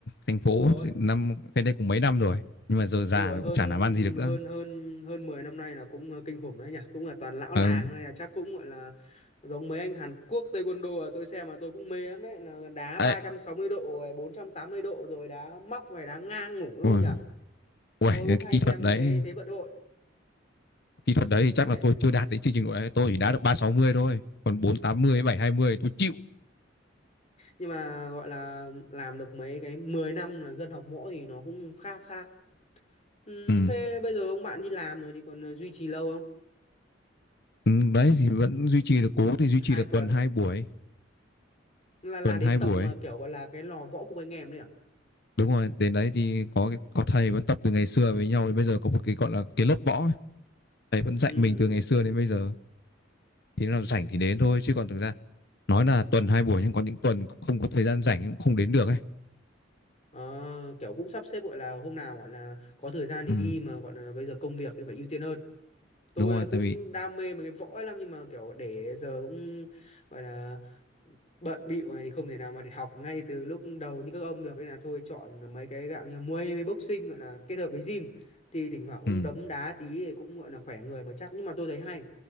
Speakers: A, on the left; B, on the left.
A: thành phố
B: Ui rồi,
A: thì năm cái đây cũng mấy năm rồi nhưng mà giờ già
B: ui rồi hơn
A: cũng chả làm ăn gì được nữa
B: hơn hơn hơn 10 năm nay là cũng ờ, kinh khủng đấy nhỉ, cũng là toàn lão
A: Ừ.
B: làng đây là chắc cũng gọi là giống mấy anh Hàn Quốc taekwondo à, tôi xem mà tôi cũng mê lắm đấy là đá
A: Ê,
B: 360 độ rồi 480 độ rồi đá móc rồi đá ngang ngủ đúng
A: ôi,
B: không nhỉ?
A: ôi,
B: Tôi
A: cái
B: cũng hay
A: kỹ
B: xem
A: thuật đấy,
B: mấy cái thế vận hội
A: kỹ thuật đấy thì chắc
B: đấy.
A: là tôi chưa đạt đến chương trình độ đấy, tôi chỉ đá được ba sáu mươi thôi, còn bốn tám mươi, bảy hai mươi tôi chịu.
B: Nhưng mà gọi là làm được mấy cái 10 năm là dân học võ thì nó cũng khá khá Ừ,
A: Ừ.
B: thế bây giờ ông bạn đi làm rồi thì còn ờ, duy trì lâu không?
A: Ừ, đấy thì vẫn duy trì được cố thì
B: Cái
A: duy trì
B: Hai
A: được
B: tuần
A: tuần hai buổi,
B: là là
A: tuần
B: đến
A: hai buổi.
B: tập mà kiểu gọi là cái lò võ cùng anh em đấy à?
A: Đúng rồi, đến đấy thì có cái- có thầy vẫn tập từ ngày xưa với nhau đến bây giờ có một cái gọi là cái lớp võ, ấy. thầy vẫn dạy
B: Ừ.
A: mình từ ngày xưa đến bây giờ. Thì nó nào rảnh thì đến thôi chứ còn thực ra nói là tuần hai buổi nhưng có những tuần không có thời gian rảnh cũng không đến được ấy.
B: Ờ, kiểu cũng sắp xếp gọi là hôm nào gọi là có thời gian thì
A: Ừ,
B: đi mà gọi là bây giờ công việc thì phải ưu tiên hơn. tôi
A: đúng rồi,
B: là cũng
A: tại vì
B: đam mê mấy cái võ ấy lắm nhưng mà kiểu để giờ cũng gọi là bận bịu này thì không thể nào mà để học ngay từ lúc đầu như các ông được nên là thôi chọn mấy cái dạng như Muay với boxing gọi là kết hợp với gym thì thỉnh thoảng cũng
A: ừ.
B: đấm đá tí thì cũng gọi là khỏe người mà chắc nhưng mà tôi thấy hay